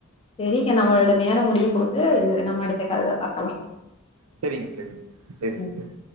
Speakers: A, on the left (about 25°); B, on the right (about 80°).
A: சரிங்க நம்மளோட நேரம் முடிய போகுது நம்ம அடுத்த கால்ல பா
B: செரிங்க செரிங்க செரிங்க
A: ம்.
B: செரி